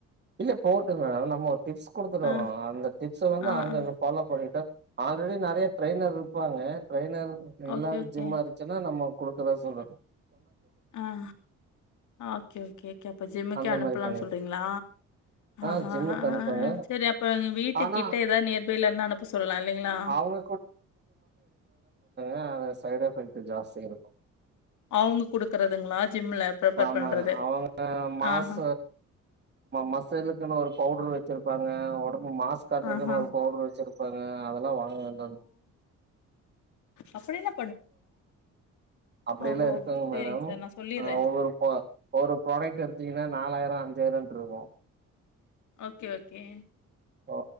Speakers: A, on the right; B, on the left.
A: இல்ல போட்டுங்க நம்ம டிப்ஸ் கொடுத்துருவோம்
B: ஆ
A: அந்த டிப்ஸ் வந்து
B: ஆ
A: அங்க
B: ஆ
A: பாலோ பண்ணிிட்டா ஆல்ரெடி நிறைய ட்ரெய்னர் இருப்பாங்க ட்ரெய்னர் எல்லாரும்
B: ஓகே ஓகே
A: ஜிம்மா இருந்துச்சுன்னா நம்ம கொடுக்குற சொல்லு
B: ஆஹ ஓகே ஓகே கே அப்ப ஜிம்முக்கே
A: அந்த
B: அனுப்பலாம்னு
A: மாரி பண்ணி
B: சொல்றீங்களா
A: ஆ
B: ஆஹ்ஹ
A: ஜிம்முக்கு
B: அஹ்
A: அனுப்புங்க
B: சரி அப்ப எங்க வீட்டு
A: ஆனா
B: கிட்ட ஏதாவது நேர்பைல இருந்த அனுப்ப சொல்லலாம் இல்லைகளா
A: அவங்க ஆ அத <unintelligible> சைடு எபெக் ஜாஸ்தியா இருக்கும்
B: அவுங்க குடுக்குறதுங்களா ஜிம்ல ப்ரிஃபர்
A: ஆமா
B: பண்றது
A: அவங்க மாச
B: ஆஹா
A: மசிலுக்குனு ஒரு பவுடர் வச்சிருப்பாங்க உடம்பு மாஸ் காட்டுறதுக்குன்னு
B: ஆஹா
A: ஒரு பவுடர் வச்சிருப் ப்பாக அதெல்லாம் வாங்க வேண்டா
B: அப்படியல்ல
A: அப்படியல்லாம்
B: ஓஹோ
A: இருப்பாங்க
B: சேரிங்
A: மேடம்
B: சார் நா சொல்லிர்றே
A: ஒவ்வொரு ஒரு ப்ராடக்ட் எடுத்தீங்கன்னா நாலாயிரம் அஞ் ஜெயலன் இருக்கும்
B: ஓகே ஓகே
A: ஓ